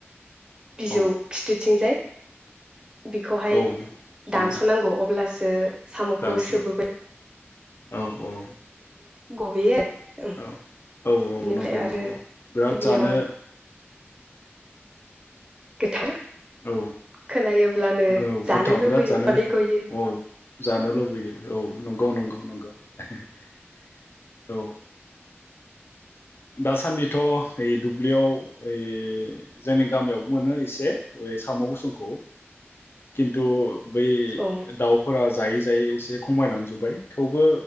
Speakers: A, on the right; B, on the left.
A: बिजौ
B: औ
A: खिथु थिंजाय बिखौहाय
B: औ
A: दानस'नांगौ
B: नंगौ
A: अब्ला सो सामखौ
B: दानस'नांगौ
A: सोबोबाय
B: औ औ
A: गबोयो आरो
B: औ औ औ
A: बेनिफ्राय
B: नंगौ
A: आरो
B: नंगौ बिराद
A: गिबियाव
B: जानो
A: गोथाव
B: औ
A: खोनायोब्लानो
B: गौ
A: जानो
B: गोथाव
A: लुबैयो
B: बिराद जानो
A: उदै
B: गोथाव
A: गयो
B: औ जानो लुबैयो औ नंगौ नंगौ नं नंगौ <inaudible> औ दासान्दिथ ओइ दुब्लियाव ओइ जोंनि गामियावबो मोनो एसे ओइ साम गुसुंखौ किन्तु बै
A: औ
B: दाउफोरा जायै जायै एसे खमायलांजोब्बाय थेवबो